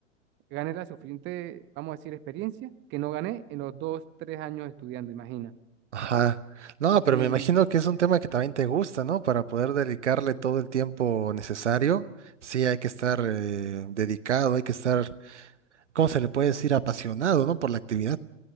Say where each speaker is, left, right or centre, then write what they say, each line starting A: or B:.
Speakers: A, on the right; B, on the right.
A: gané la suficiente, vamos a decir, experiencia que no gané en los dos, tres años estudiando, imagina.
B: ajá. No, pero
A: Y
B: me imagino que es un tema que también te gusta, ¿no? Para poder dedicarle todo el tiempo necesario, sí hay que estar eh, dedicado, hay que estar, ¿cómo se le puede decir? Apasionado, ¿no? Por la actividad.